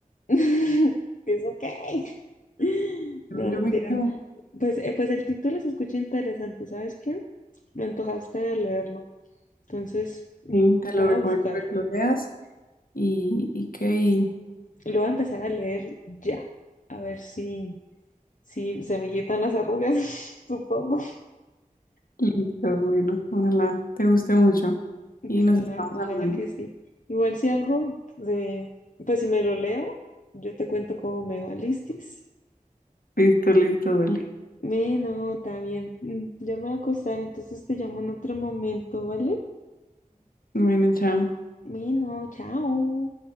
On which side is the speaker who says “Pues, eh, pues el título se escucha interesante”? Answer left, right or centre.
Left